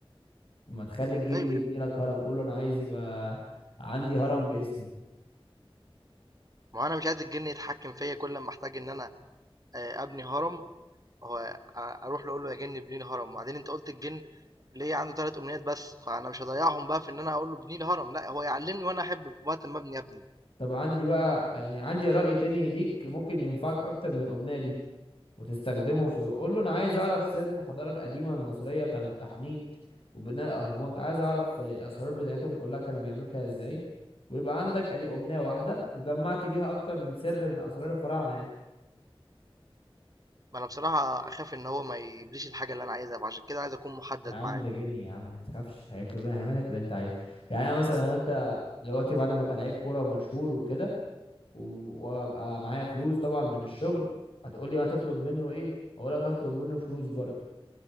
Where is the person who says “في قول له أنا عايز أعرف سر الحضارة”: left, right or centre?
Left